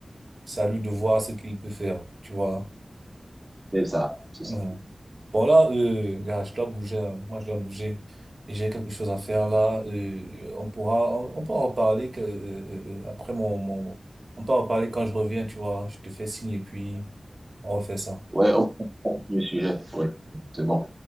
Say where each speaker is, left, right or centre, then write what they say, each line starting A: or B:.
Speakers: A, on the right; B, on the right.
A: c'est à lui de voir ce qu'il peut faire, tu vois.
B: c'est ça, c'est
A: Mhm.
B: ça.
A: Bon là, euh, regarde, je dois bouger. hein. Moi, je dois bouger. Et j'ai quelque chose à faire là. Euh, on pourra, on, on pourra en parler que, euh, euh, euh, après mon, mon, on pourra en parler quand je reviens, tu vois. Je te fais signe et puis on refait ça.
B: Ouais, on peut pas sur le sujet, oui, c'est bon.